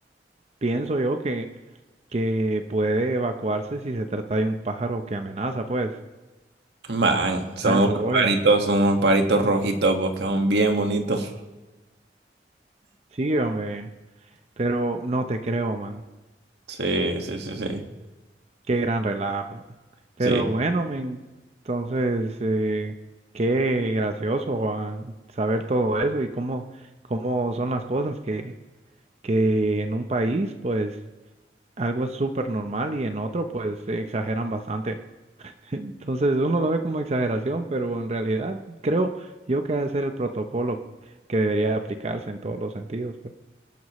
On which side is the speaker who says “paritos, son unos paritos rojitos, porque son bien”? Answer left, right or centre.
Right